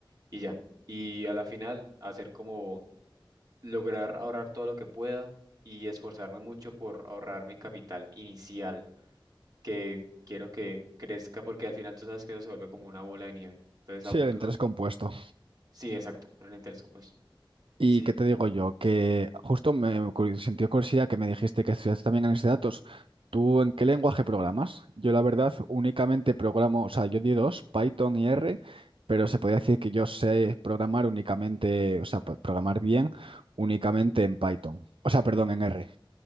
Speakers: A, on the right (about 45°); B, on the right (about 80°).
A: y ya. Y a la final hacer como lograr ahorrar todo lo que pueda y esforzarme mucho por ahorrar mi capital inicial, que quiero que crezca porque al final tú sabes que eso se vuelve como una bola de nieve. Entonces
B: Sí,
A: a futuro,
B: el interés compuesto.
A: sí, exacto, pero el interés pues
B: ¿Y
A: Sí,
B: qué te digo yo? Que justo me ocurri- sentí curiosidad que me dijiste que estudias también análisis de datos. ¿Tú en qué lenguaje programas? Yo la verdad únicamente programo, o sea, yo di dos, Python y R, pero se podría decir que yo sé programar únicamente, o sea, pa- programar bien únicamente en Python. O sea, perdón, en R.